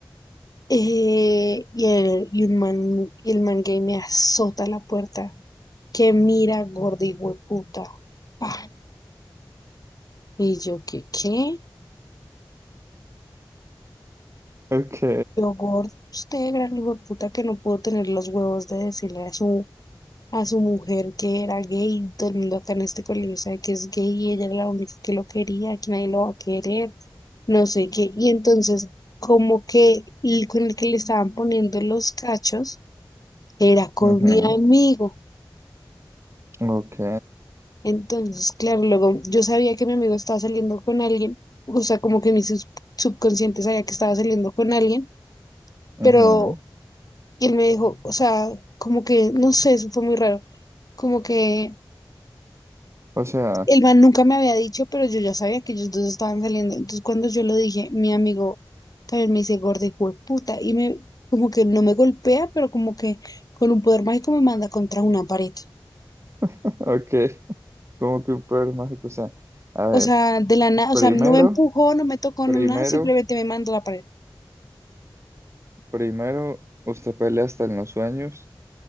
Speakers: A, on the left; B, on the right.
A: Eh, y el, y un man, y el man gay me azota la puerta. Que mira, gorda y hueputa. Pa. Y yo, ¿qué, qué?
B: Ok.
A: Yo, gordo, usted, gran puta que no pudo tener los huevos de decirle a su, a su mujer que era gay. Todo el mundo acá en este colegio sabe que es gay y ella era la única que lo quería, que nadie lo va a querer, no sé qué. Y entonces, como que el con el que le estaban poniendo los cachos era con
B: ujú,
A: mi amigo.
B: Ok.
A: Entonces, claro, luego yo sabía que mi amigo estaba saliendo con alguien, o sea, como que mi sub- subconsciente sabía que estaba saliendo con alguien,
B: ujú.
A: pero él me dijo, o sea, como que, no sé, eso fue muy raro, como que
B: O sea,
A: el man nunca me había dicho, pero yo ya sabía que ellos dos estaban saliendo. Entonces, cuando yo lo dije, mi amigo también me dice, gorda, hijo de puta, y me, como que no me golpea, pero como que con un poder mágico me manda contra una pared.
B: <laughs> ok, como que un poder mágico. O sea, a ver,
A: O sea, de la nada,
B: primero,
A: o sea, no me empujó, no me tocó,
B: primero,
A: no nada, simplemente me mandó a la pared.
B: primero, usted pelea hasta en los sueños